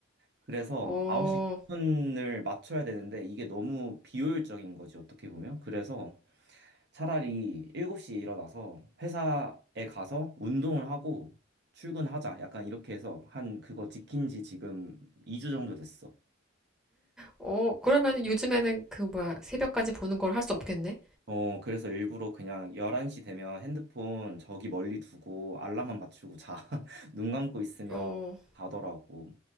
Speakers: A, on the right; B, in the centre.
A: 그래서
B: 어,
A: 9시 어, 10분을 맞춰야 되는데 이게 너무 비효율적인 거지, 어떻게 보면. 그래서 차라리 7시에 일어나서 회사에 가서 운동을 하고 출근하자. 약간 이렇게 해서 한 그거 지킨 지 지금 2주 정도 됐어.
B: 어, 그러면 요즘에는 그 뭐야 새벽까지 보는 걸 할 수 없겠네?
A: 어, 그래서 일부러 그냥 11시 되면 핸드폰 저기 멀리 두고 알람만 맞추고 자. <laughs> 눈 감고 있으면
B: 어,
A: 자더라고.